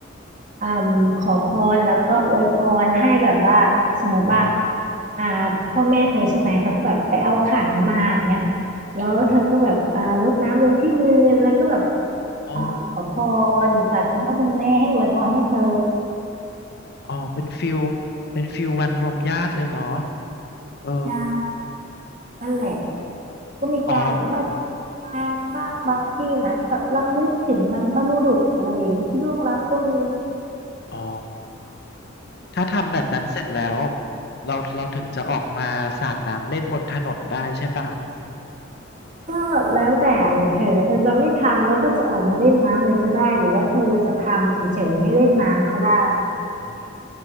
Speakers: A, on the right; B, on the left.
A: อืมขอพรแล้วก็อวยพรให้แบบว่าสมมติว่า
B: อ๋อ
A: อ่าพ่อแม่เธอใช่ไหมเธอก็แบบไปเอาขันมาอย่างเงี้ยแล้วเธอก็แบบอ่ารดน้ำลงที่มือแล้วก็แบบ
B: อ๋อ อ๋อ
A: อ่าขอพรจากคุณพ่อคุณแม่ให้อวยพรให้เธอ
B: อ๋อเป็นฟิลเป็นฟิลวันรวมญาติเลยเนาะเออ
A: ได้นั่นแหละ ก็มีการแบบว่าจัดงานบ้างบางที่นะก็แบบรำลึกถึงบรรพบุรุษอะไรอย่างนี้ที่ล่วงลับก็มี
B: อ๋อ อ๋อ ถ้าทำแบบนั้นเสร็จแล้วเราเราถึงจะออกมาสาดน้ำเล่นบนถนนได้ใช่ป่ะ
A: ก็แล้วแต่เลยเธอเธอจะไม่ทำแล้วก็จะออกมาเล่นน้ำเลยก็ได้หรือว่าเธอจะทำเฉยๆไม่เล่นน้ำก็ได้
B: อืม